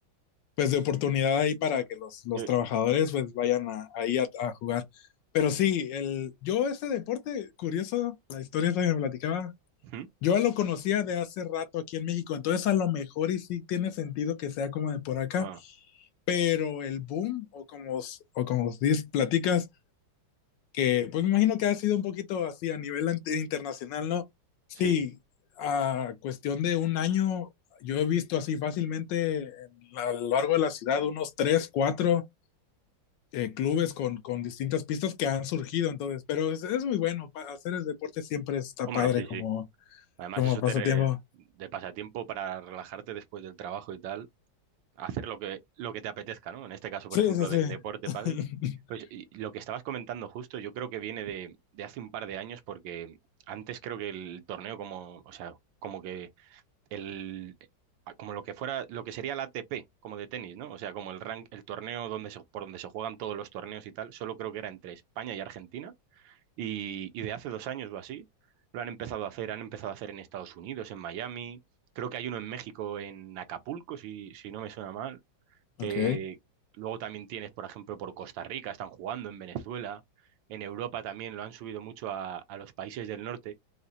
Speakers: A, on the left (about 75°); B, on the right (about 75°).
A: pues, de oportunidad ahí para que los, los
B: Yo...
A: trabajadores, pues, vayan a, ahí a, a jugar. Pero sí, el, yo ese deporte, curioso, la historia esa que me platicaba,
B: ¿Mm?
A: yo lo conocía de hace rato aquí en México, entonces a lo mejor y sí tiene sentido que sea como de por acá,
B: Ah,
A: pero el boom, o como, os- o como dices, platicas, que pues me imagino que ha sido un poquito así a nivel ante- internacional, ¿no? Sí,
B: sí.
A: a cuestión de un año, yo he visto así fácilmente en- a lo largo de la ciudad unos tres, cuatro eh, clubes con, con distintas pistas que han surgido, entonces, pero es, es muy bueno, pa- hacer el deporte siempre está
B: Hombre,
A: padre
B: sí,
A: como,
B: sí. Además,
A: como
B: eso
A: pasatiempo.
B: te re- de pasatiempo para relajarte después del trabajo y tal, hacer lo que, lo que te apetezca, ¿no? En este caso, por
A: Sí,
B: ejemplo,
A: sí, sí.
B: de, deporte,
A: <laughs>
B: pádel. Pues y lo que estabas comentando justo, yo creo que viene de, de hace un par de años, porque antes creo que el torneo como, o sea, como que el como lo que fuera, lo que sería la ATP, como de tenis, ¿no? O sea, como el rank, el torneo donde se- por donde se juegan todos los torneos y tal, solo creo que era entre España y Argentina y, y de hace dos años o así, lo han empezado a hacer, han empezado a hacer en Estados Unidos, en Miami, creo que hay uno en México, en Acapulco, si, si no me suena mal, que
A: Ok.
B: luego también tienes, por ejemplo, por Costa Rica, están jugando en Venezuela, en Europa también lo han subido mucho a, a los países del norte